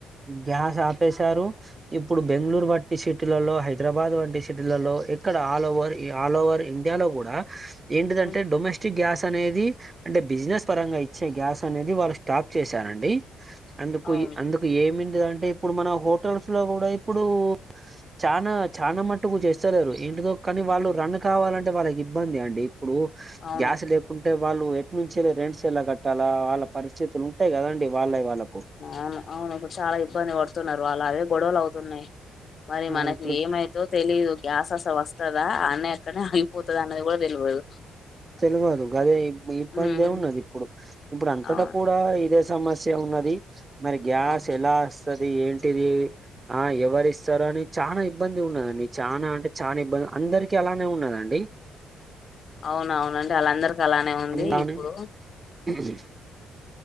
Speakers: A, on the right; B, on the left.
A: గ్యాస్ ఆపేశారు ఇప్పుడు బెంగళూరు వట్టి సిటీలలో హైప్ హైదరాబాద్ వంటి సిటీలలో ఇక్కడ ఆల్ ఓవర్ ఆల్ ఓవర్ ఇండియాలో కూడా ఏంటిది
B: అవును
A: అంటే డొమెస్టిక్ గ్యాస్ అనేది అంటె బిజినెస్ పరంగా ఇచ్చే గ్యాస్ అనేది వాళ్ళు స్టాప్ చేశారండి. అందుకు
B: అవును
A: అందుకు ఏమింది అంటే ఇప్పుడు మన హోటల్స్ లో గూడా ఇప్పుడు చానా చానా మట్టుకు చేస్తలేరు. ఎంటితో కనీ వాళ్ళు రన్ కావాలంటే వాళ్ళకి ఇబ్బంది అండి. ఇప్పుడు
B: అవును
A: గ్యాస్ లేకుం అంటే వాళ్ళు ఎటినుంచి అయినా రెంట్స్ ఎలా కట్టాలా, వాళ్ళ పరిస్థితులు ఉంటాయి కదండి. వాళ్ళయి వాళ్ళకు
B: అవును అవును ఇప్పుడు చాలా ఇబ్బంది పడుతున్నారు. వాళ్ళు అవే గొడవలు అవుతున్నాయి. మరి
A: ఆ
B: మనకి
A: ఇప్పుడు
B: ఏమైద్దో తెలీదు గ్యాస్ అస్ వస్తద్ రా ఆన్నె అక్కన్నె ఆగిపోతది అనేది కూడా తెలవదు.
A: తెలివదు గదే ఇబ్ ఇబ్బందే
B: ఉమ్
A: ఉన్నది ఇప్పుడు ఇప్పుడు అంతటా
B: అవును
A: కూడా ఇదే సమస్య ఉన్నది మరి గ్యాస్
B: అవును
A: ఎలా స అది ఏంటిది ఆ ఎవరిస్తారు. అని చానా ఇబ్బందిగున్నదండి. చానా అంటే చానా ఇబ్బంది అందరికి అలానే ఉన్నద అండి.
B: అవును అవునండి ఆళ్ళందరికి అలానే ఉంది
A: అందాని
B: ఇప్పుడు
A: <inaudible>